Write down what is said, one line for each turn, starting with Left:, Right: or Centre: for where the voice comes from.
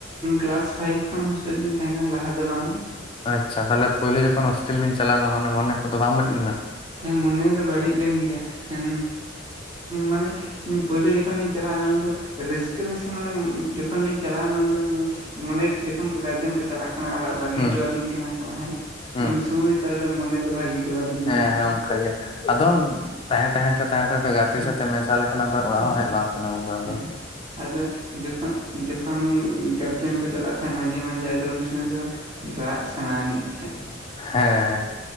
Right: ᱠᱮᱞᱟᱥ ᱯᱷᱟᱭᱤᱵᱽ ᱠᱷᱚᱱ ᱦᱳᱥᱴᱮᱞ ᱞᱤᱧ ᱛᱟᱦᱮᱸ ᱠᱟᱱᱟ ᱞᱟᱦᱟ ᱫᱚ ᱵᱟᱝ
Left: ᱟᱪᱪᱷᱟ ᱛᱟᱦᱚᱞᱮ ᱯᱳᱭᱞᱳ ᱡᱚᱠᱷᱚᱱ ᱦᱳᱥᱴᱮᱞ ᱵᱮᱱ ᱪᱟᱞᱟᱣ ᱞᱮᱱᱟ ᱢᱟᱱᱮ ᱢᱚᱱᱮ ᱠᱚᱫᱚ ᱵᱟᱝ ᱵᱟᱹᱲᱤᱡ ᱞᱮᱱᱟ
Right: ᱦᱮᱸ ᱢᱚᱱᱮ ᱫᱚ ᱵᱟᱹᱲᱤᱡ ᱞᱮᱱ ᱜᱮᱭᱟ ᱢᱟᱱᱮ ᱯᱳᱭᱞᱳ ᱡᱚᱠᱷᱚᱱ ᱞᱤᱧ ᱪᱟᱞᱟᱣᱱᱟ ᱩᱱᱫᱚ ᱨᱟᱹᱥᱠᱟᱹ ᱢᱮᱥᱟ ᱢᱟᱱᱮ ᱡᱚᱠᱷᱚᱱ ᱞᱤᱧ ᱪᱟᱞᱟᱣᱱᱟ ᱩᱱ ᱫᱚ ᱢᱚᱱᱮᱛ ᱡᱚᱠᱷᱚᱱ ᱠᱚ ᱜᱟᱨᱡᱮᱱ ᱠᱚ ᱪᱟᱞᱟᱜ ᱠᱟᱱᱟ ᱚᱲᱟᱜ ᱵᱟᱹᱜᱤ
Left: ᱦᱩᱸ
Right: ᱦᱚᱴᱚ ᱟᱹᱞᱤᱧ ᱠᱟᱱᱟ ᱠᱚ ᱦᱮᱸ
Left: ᱦᱩᱸ
Right: ᱩᱱ ᱥᱩᱢᱟᱹᱭ ᱛᱟᱫᱚ ᱢᱚᱱᱮ ᱫᱚ ᱵᱷᱟᱹᱜᱤ ᱫᱚ ᱵᱟᱹᱞᱤᱧ
Left: ᱦᱮᱸ
Right: ᱵᱩᱡ
Left: ᱦᱮᱸ
Right: ᱞᱮᱫᱟ
Left: ᱚᱱᱠᱟ ᱜᱮ ᱟᱫᱚᱢ ᱛᱟᱦᱮᱸ ᱛᱟᱦᱮᱸ ᱛᱮ ᱛᱟᱦᱮᱸ ᱜᱟᱛᱮ
Right: ᱦᱮᱸ
Left: ᱥᱟᱶᱛᱮᱜ
Right: ᱛᱚ
Left: ᱢᱮᱥᱟ ᱞᱮᱠᱷᱟᱱ ᱟᱫᱚ ᱚᱲᱟᱜ
Right: ᱦᱮᱸ
Left: ᱦᱚᱸ ᱦᱮᱡ ᱵᱟᱝ ᱥᱟᱱᱟ ᱩᱱᱵᱟᱨ
Right: ᱦᱮᱸ
Left: ᱫᱚ᱾
Right: ᱟᱫᱚ ᱡᱚᱠᱷᱚᱱ ᱡᱚᱠᱷᱚᱱ ᱜᱟᱨᱡᱮᱱ ᱠᱚ ᱪᱟᱞᱟᱜ ᱛᱟᱦᱮᱸ ᱢᱟᱡᱷᱮ ᱢᱟᱡᱷᱮ ᱟᱫᱚ ᱩᱱ ᱥᱩᱢᱚᱭ ᱫᱚ ᱨᱟᱜ ᱥᱟᱱᱟᱱᱤᱡ ᱛᱟᱦᱮᱸ
Left: ᱦᱮᱸ